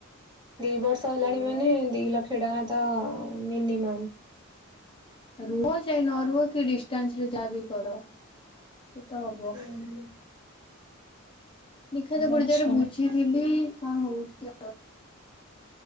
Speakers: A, on the right; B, on the left.
A: ଦି ବର୍ଷ
B: ସେଇଆ
A: ହେଲାଣି ମାନେ ଦି ଲ କ୍ଷ ଟଙ୍କା ତ ମିନିମମ୍।
B: ରୁହ ଯାଇ ନ ରୁହ କି ଡିଷ୍ଟାନ୍ସ ରେ ଯାହା ବିି କର ସେଇତ ହବ।
A: ହୁଁ
B: ଦେଖା ଯାଉ ଗୋଟେ
A: ଆଚ୍ଛା।
B: ଜାଗରେ ବୁଝିଥିଲି କଣ ହଉଛି ଆ,।